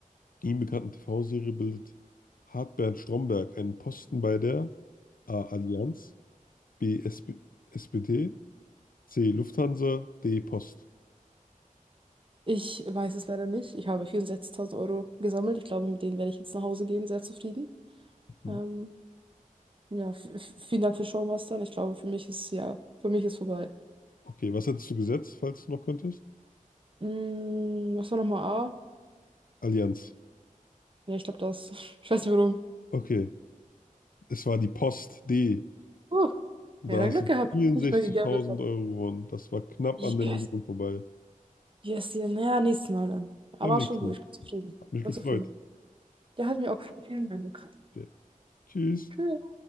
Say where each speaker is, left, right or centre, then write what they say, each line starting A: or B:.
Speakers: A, on the left; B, on the right.
A: ihm bekannten TV-Serie bildet, hat Bernd Stromberg einen Posten bei der A. Allianz, B. SP SPD, C. Lufthansa, D. Post.
B: Ich weiß es leider nicht. Ich habe 64.000 Euro gesammelt. Ich glaube, mit denen werde ich jetzt nach Hause gehen, sehr zufrieden.
A: Mhm.
B: Ähm, ja, v- v- vielen Dank für Showmastern. Ich glaube, für mich ist ja, für mich ist vorbei.
A: Okay, was hättest du gesetzt, falls du noch könntest?
B: Mm, was war nochmal A?
A: Allianz.
B: Ja, ich glaube das. <laughs> Ich weiß nicht warum.
A: Okay, es war die Post D.
B: Huh.
A: Und
B: Ja,
A: da
B: dann
A: hast
B: Glück
A: Ja. du
B: gehabt,
A: 64.000
B: dass ich nicht mehr gegambelt habe.
A: Euro gewonnen. Das war knapp
B: Yes,
A: an der Million vorbei.
B: yes, ja. Naja, nächstes Mal dann.
A: Beim
B: Aber
A: nächsten
B: schon gut,
A: Mal.
B: ich bin zufrieden.
A: Hat mich
B: Ich bin
A: gefreut.
B: zufrieden. Ja, hat mir auch gefallen. Vielen Dank.
A: Okay. Tschüss.
B: Tschüss.